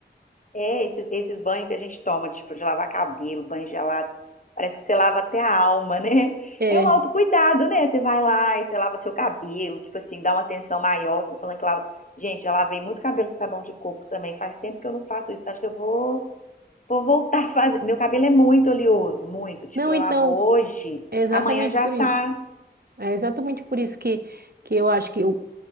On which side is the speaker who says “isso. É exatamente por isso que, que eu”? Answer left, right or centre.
Right